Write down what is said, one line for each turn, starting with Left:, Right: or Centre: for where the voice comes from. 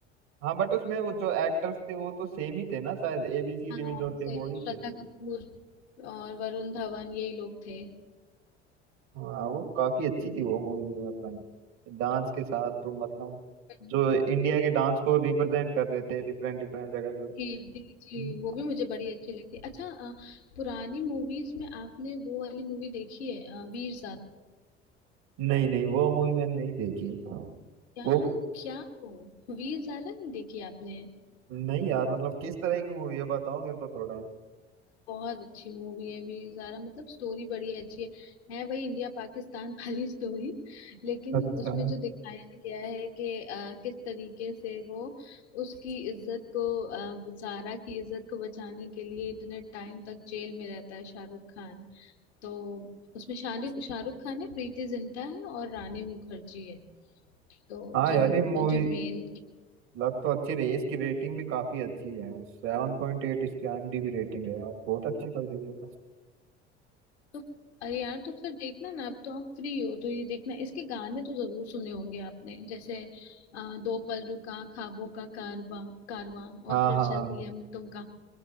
Right: हाँ बट उसमें वो जो एक्टर्स थे वो तो सेम ही थे ना शायद एबीसीडी
Left: हाँ
Right: में जो
Left: और से
Right: थे वो ही
Left: श्रद्धा
Right: थे
Left: कपूर और वरुण धवन यही लोग थे
Right: हाँ वो काफी अच्छी थी
Left: हम्म,
Right: वो मूवी मतलब डांस के साथ तो मतलब
Left: हम्म।
Right: जो इंडिया के डांस को रिप्रेजेंट कर रहे थे डिफरेंट डिफरेंट जगह पे
Left: जी जी जी
Right: हम्म।
Left: वो भी मुझे बड़ी अच्छी लगती अच्छा अ, पुरानी मूवीज में आपने वो वाली मूवी देखी है अ, वीर ज़ारा
Right: नहीं नहीं वो मूवी मैंने नहीं देखी
Left: क्या
Right: वो
Left: क्या हो वीर ज़ारा नहीं देखी आपने
Right: नहीं यार मतलब किस तरह की मूवी है बताओ मेरे को थोड़ा
Left: बहुत अच्छी मूवी है वीर ज़ारा मतलब स्टोरी बड़ी अच्छी है है वही इंडिया पाकिस्तान <laughs> वाली स्टोरी लेकिन
Right: अच्छा
Left: उसमें जो दिखाया गया है कि अ, किस तरीके से वो उसकी इज्जत को अ, ज़ारा की इज्जत को बचाने के लिए इतने टाइम तक जेल में रहता है शाहरुख खान तो उसमें शाहरुख शाहरुख खान है प्रीति जिंटा है और रानी मुखर्जी है तो
Right: हाँ
Left: जिन
Right: यार ये मूवी
Left: जो मेन
Right: लग तो अच्छी रही है इसकी रेटिंग भी काफी अच्छी है सेवन पॉइंट एट इसकी आईएमडीबी रेटिंग है यार बहुत अच्छी लग रही है
Left: तो अरे यार तो फिर देखना ना अब तो आप फ्री हो तो ये देखना इसके गाने तो जरूर सुने होंगे आपने जैसे अ, दो पल रुका ख्वाबों का कारवा कारवां
Right: हाँ
Left: और फिर
Right: हाँ
Left: चल दिया हम तुम का